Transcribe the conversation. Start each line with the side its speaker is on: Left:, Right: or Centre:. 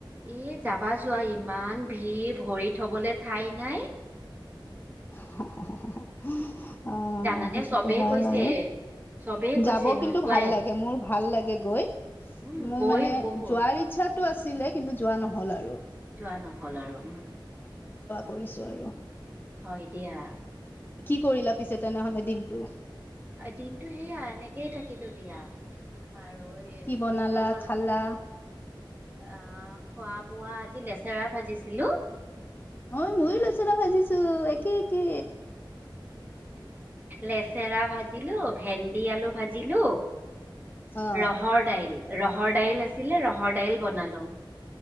Right: এ যাবা যোৱা ইমান ভিৰ ভৰি থবলৈ ঠাই নাই
Left: <unintelligible> অ
Right: জানানে
Left: সেইটোতো
Right: চবেই
Left: হয়
Right: কৈছে
Left: বাৰু
Right: চবেই কৈছে
Left: যাব কিন্তু
Right: নোযোৱাই
Left: ভাল লাগে মোৰ ভাল লাগে। গৈ
Right: উম
Left: মোৰ
Right: গৈ
Left: মানে
Right: বহুত
Left: যোৱাৰ ইচ্ছাতটো আছিলে কিন্তু যোৱা নহল আৰু
Right: যোৱা নহল আৰু উ
Left: কৰিছোঁ আৰু।
Right: হয় দিয়া
Left: কি কৰিলা পিছে তেনেহলে দিনটো।
Right: দিনটো সেয়া এনেকেই থাকিলো দিয়া। আৰু এই
Left: কি বনালা
Right: ভিনদেউ
Left: খালা।
Right: আহ খোৱা বোৱা আজি লেচেৰা ভাজিছিলো
Left: অই ময়ো লচলা ভাজিছো একে একে।
Right: লেচেৰা ভাজিলো ভেন্দি আলু ভাজিলো।
Left: অ
Right: ৰহৰ দাইল ৰহৰ দাইল আছিলে ৰহৰ দাইল বনালো।